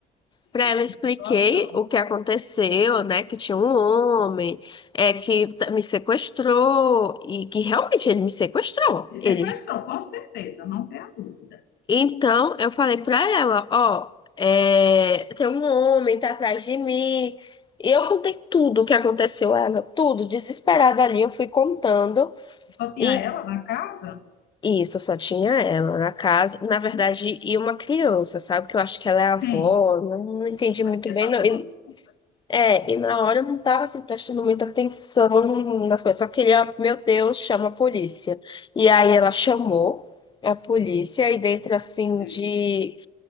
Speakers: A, on the left; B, on the left.
A: Pra
B: Deus,
A: ela eu
B: que
A: expliquei
B: situação.
A: o que aconteceu, né? Que tinha um homem, é que t- me sequestrou e que realmente ele me sequestrou.
B: Ele sequestrou,
A: Ele
B: com certeza, não tem a dúvida.
A: Então, eu falei pra ela, ó, é, tem um homem, tá atrás de mim. E eu contei tudo o que aconteceu a ela, tudo, desesperada ali, eu fui contando.
B: Só tinha
A: E
B: ela na casa?
A: isso, só tinha ela na casa, na
B: Sim.
A: verdade, e uma criança, sabe? Que eu acho que ela é a avó,
B: Sim,
A: não, não entendi
B: ela
A: muito
B: devia
A: bem,
B: estar
A: não.
B: tomando
A: E,
B: conta.
A: é, e na hora eu não tava, assim, prestando muita atenção nas coisas, só queria, meu Deus, chama a polícia. E aí ela chamou a polícia, e dentro, assim,
B: Sim.
A: de...